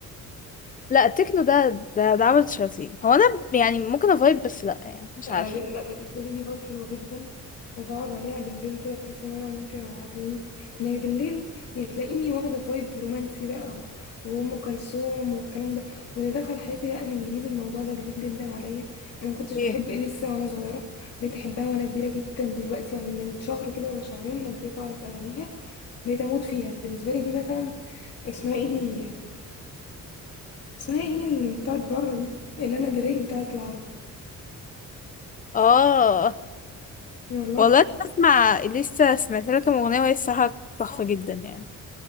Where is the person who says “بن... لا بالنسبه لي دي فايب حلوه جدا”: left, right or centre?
Left